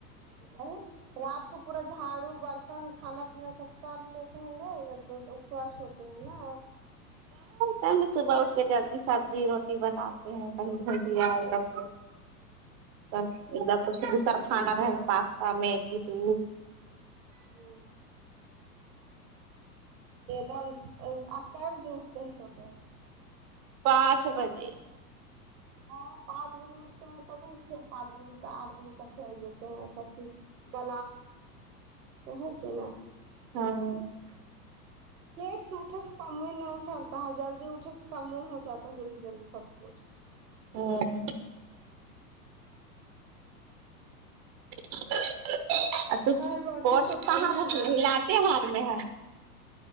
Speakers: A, on the right; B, on the right.
A: اور رات کو پورا جھاڑو برتن کھانا پینا سب کام بھی لیتے ہوں گے ایک دو تو اس کے بعد سوتے ہیں نا
B: تو صبح اٹھ کے جلدی سبزی روٹی بناتے ہیں کہیں بھجیا یے لوگ کو <unintelligible> کھانا رہے گا پاستا میگی تو
A: وہ دم آپ کیا بجے اٹتے ہیں سوتے ہے <unintelligible>
B: پانچ بجے
A: ہاں پانچ بجے اٹھتے ہے تب چھ پانچ بجے تہ آٹھ بجے تک بھیج دیتے ہیں سب چیز وہ ہے کی نہیں <unintelligible>
B: ہاں
A: لیٹ سے اٹھے سے کم نہیں اسرتا ہے جلدی اٹھے سے کم ہو جاتا ہے جلدی جلدی سب کچھ
B: ہمم <inaudible>
A: اور باقی سب بڑھیا نا